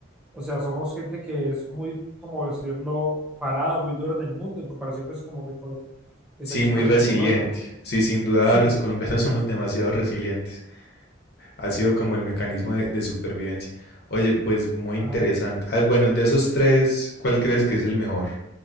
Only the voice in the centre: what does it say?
o sea, somos gente que es muy, como decirlo, parada, muy dura en el mundo, en comparación pues como que con otro, estadísticamente
con otros.
Sí,
ajá.